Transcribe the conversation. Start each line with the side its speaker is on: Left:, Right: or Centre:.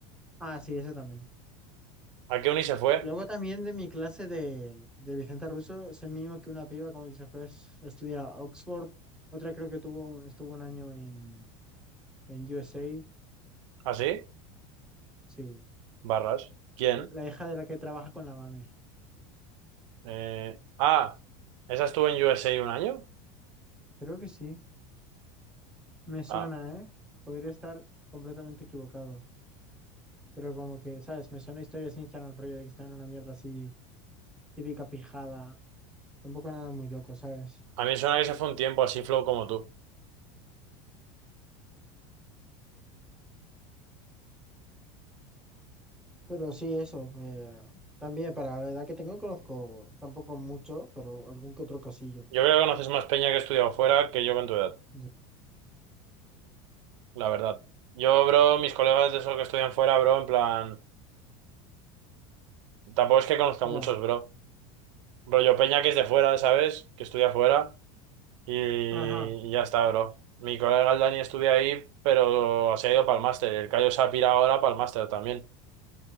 Centre: Ah, sí, eso también.
Right: ¿A qué uni se fue?
Centre: Luego también de mi clase de, de Vicente Russo, sé mínimo que una piba como que se fue a es- a estudiar a Oxford. Otra creo que tuvo un- estuvo un año en, en USA.
Right: ¿Así?
Centre: Sí.
Right: Barras. ¿Quién?
Centre: La hija de la que trabaja con la mami.
Right: Eh, ah, ¿esa estuvo en USA un año?
Centre: Creo que sí. Me suena,
Right: Ah,
Centre: ¿eh? Podría estar completamente equivocado. Pero como que, ¿sabes? Me suena a historias de Instagram, rollo de que está en una mierda así, típica pijada. Tampoco nada muy loco, ¿sabes?
Right: a mí me suena que se fue un tiempo así flow como tú.
Centre: Pero sí, eso. eh, también para la edad que tengo no conozco tampoco mucho, pero algún que otro casillo.
Right: Yo creo que conoces más peña que he estudiado fuera que yo con tu edad,
Centre: Ya.
Right: la verdad. Yo, bro, mis colegas de esos que estudian fuera, bro, en plan, tampoco es que conozca muchos,
Centre: ya.
Right: bro. Rollo peña que es de fuera, ¿sabes? Que estudia fuera y,
Centre: Ajá,
Right: y ya está, bro. Mi colega el Dani estudia ahí, pero se ha ido para el máster. El Cayo se ha pirado ahora para el máster también.